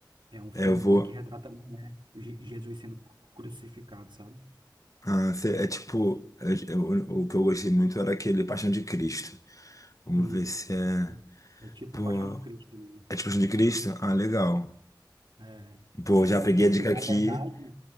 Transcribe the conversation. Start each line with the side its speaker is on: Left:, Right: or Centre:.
Right: É um filme
Left: É, eu vou.
Right: bom que retrata, né, Je- Jesus sendo cru- crucificado, sabe?
Left: ah, cê- é tipo. é- é o, o que eu gostei muito era aquele Paixão de Cristo. Vamos
Right: Isso.
Left: ver se é.
Right: É, é tipo
Left: Pô.
Right: Paixão de Cristo ali.
Left: É tipo Paixão de Cristo? Ah, legal.
Right: É,
Left: Pô,
Right: é,
Left: já
Right: é porque,
Left: peguei
Right: assim,
Left: a dica
Right: na
Left: aqui.
Right: verdade,